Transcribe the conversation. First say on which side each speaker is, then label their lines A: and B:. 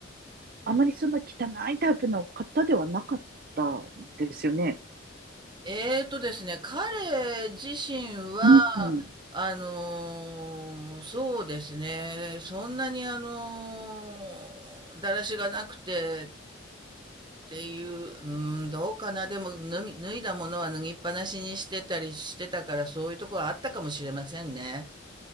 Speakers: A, on the right; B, on the right.
A: あまりそんな汚いタイプの方ではなかったんですよね。
B: えーとですね、彼自身は、
A: うんうん
B: あのーそうですね、そんなにあのーだらしがなくてっていう、うん、どうかな、でも脱ぎ、脱いだものは脱ぎっぱなしにしてたりしてたから、そういうところはあったかもしれませんね。